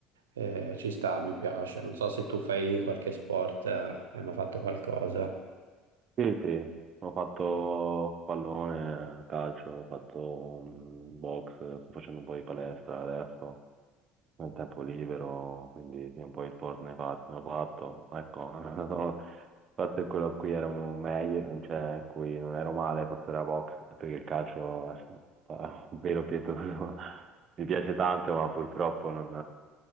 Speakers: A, on the right; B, on the right.
A: Eh, ci sta, mi piace. Non so se tu fai qualche sport, eh, hai mai fatto qualcosa?
B: Sì, sì, ho fatto pallone, calcio, ho fatto mm, box, sto facendo un po' di palestra adesso, nel tempo libero, quindi sì, un po' di sport ne, fa- ne ho fatto. Ecco, <laughs> il fatto è quello a cui ero meglio, cioè in cui non ero male, forse era box, perché il calcio è <laughs> un velo pietoso. <laughs> Mi piace tanto, ma purtroppo non,